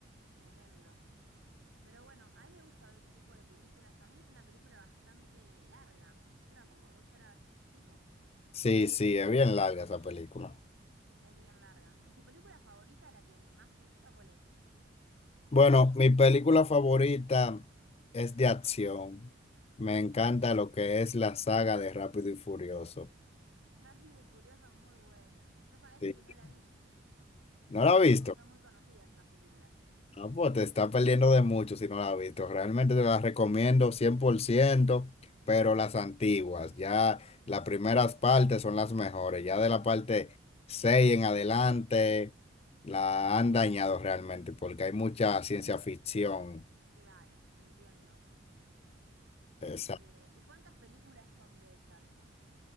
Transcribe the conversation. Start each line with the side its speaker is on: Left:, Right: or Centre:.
Right: tremendo. Pero bueno, a mí me gusta ver ese tipo de películas. También es una película bastante larga, dura como dos horas y pico.
Left: Sí, sí, es bien larga esa película.
Right: Es bien larga. ¿Y tu película favorita, la que más te gusta, cuál es?
Left: Bueno, mi película favorita es de acción. Me encanta lo que es la saga de Rápido y Furioso.
Right: Rápido y Furioso, muy bueno. Yo sabés
Left: Sí.
Right: que no la vi,
Left: ¿No la
Right: pero
Left: has visto?
Right: son muy conocidas esas películas.
Left: Ah, pues te está perdiendo de mucho si no la has visto. Realmente te las recomiendo cien por ciento pero las antiguas, ya las primeras partes son las mejores. Ya de la parte 6 en adelante la han dañado realmente porque hay mucha ciencia ficción.
Right: Claro, entiendo. Este,
Left: Esa-
Right: ¿y cuántas películas son de esas?